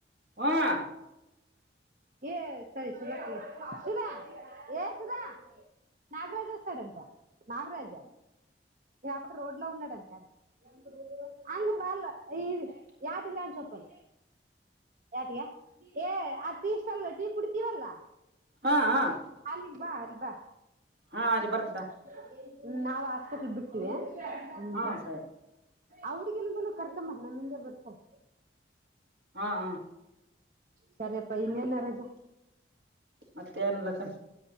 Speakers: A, on the right (about 65°); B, on the right (about 50°).
A: ಹ <unintelligible>
B: ಏ ಸರಿ ಸುಧಾ, ಸುಧಾ, ಏ ಸುಧಾ ನಾಗರಾಜ <unintelligible> ಸೈಡಟ ನಾಗರಾಜ ಈ ಅಪಟ್ಟ ರೋಡ್ ಲ ಉೊಂಡಡಂತೆ ಆಡ <unintelligible> <inaudible> ಹಂಗ ಬರ್ ಈ ಯಾಟಿಲ್ಲ ಅನ್ಸೊಪ್ಪಲ್ ಯಾಟಗ <unintelligible> ಏಯ್ ಆಟೀ ಸ್ಟಾಲ್ ಕುಡ್ತಿವಲ್ಲಾ
A: ಹಾ ಹಾ <inaudible>
B: ಅಲ್ಲಿಗಿ ಬಾ ಅಲ್ಲಿ ಬಾ
A: ಹಾ ಅಲ್ಲಿಗಬತ್
B: ಹ್ಮ, ನಾವ ಹಾಸ್ಪೆಟ್ಲ್ ಬಿಟ್ಟಿವ್ಯಾ ಹ್ಮ್,
A: ಹಾ
B: ಬಾ
A: ಸರಿ
B: ಆ ಹುಡ್ಗಿನ್ಗು ಕರ್ಕಂಬಾ ನಮ್ಮಿಂದೆ ಬರ್ತಾಳ.
A: ಹಾ, ಹ
B: ಸರಿಪ್ಪಾ ಇನ್ನೇ ನಾರಾಜ?
A: ಮತ್ತೆ ಎನಿಲ್ಲಕ್ಕ.